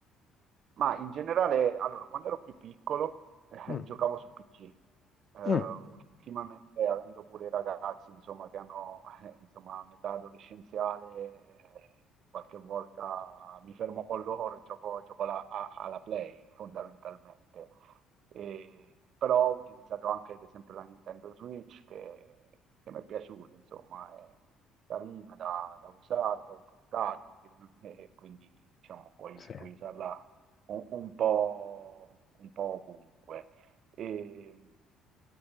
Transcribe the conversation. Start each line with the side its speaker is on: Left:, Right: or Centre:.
Right: Ma in generale, allora, quando ero più piccolo, eh,
Left: Mm,
Right: giocavo su PC. Eh, ultimamente,
Left: mm,
Right: avendo pure i ragazzi, insomma, che hanno, eh, insomma, un'età adolescenziale, eh, qualche volta mi fermo con loro e gioco, gioco alla, a- alla Play, fondamentalmente. E- però ho utilizzato anche ad esempio la Nintendo Switch che, che mi è piaciuta, insomma, è carina da, da usare, poi portatile, e quindi diciamo puoi,
Left: sì,
Right: puoi usarla un, un po', un po' ovunque. E,